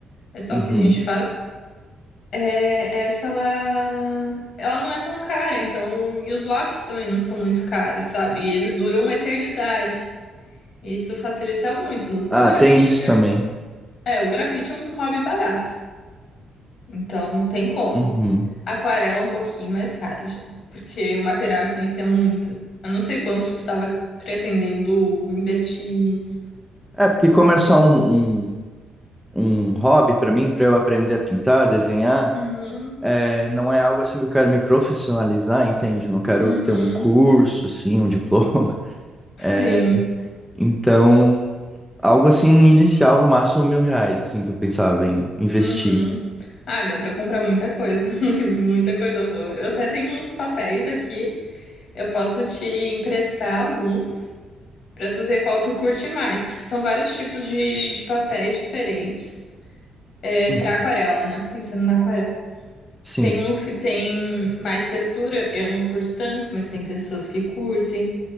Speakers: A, on the left; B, in the centre.
A: É só
B: uhum.
A: o que a gente faz. É, essa ela, ela não é tão cara, então, e os lápis também não são muito caros, sabe? E eles duram uma eternidade. Isso facilita muito. No-
B: Ah,
A: O grafite,
B: tem isso
A: é,
B: também.
A: é, o grafite é um hobby barato. Então, tem como.
B: Uhum.
A: Aquarela é um pouquinho mais caro já, porque o material influencia muito. Eu não sei quanto tu tava pretendendo investir nisso.
B: É, porque como é só um, um, um hobby para mim, para eu aprender a pintar, desenhar,
A: Uhum,
B: é, não é algo assim que eu quero me profissionalizar, entende? Não quero
A: uhum,
B: ter um curso, assim, um diploma. <laughs>
A: sim,
B: É, então, algo assim inicial, no máximo mil reais, assim, que eu pensava em investir.
A: uhum. Ah, dá pra comprar muita coisa, <laughs> muita coisa boa. Eu até tenho uns papéis aqui, eu posso te emprestar alguns pra tu ver qual tu curte mais, porque são vários tipos de, de papéis diferentes, é,
B: Uhum.
A: pra aquarela, né? Pensando na aquarela.
B: Sim.
A: Tem uns que tem mais textura, eu não curto tanto, mas tem pessoas que curtem.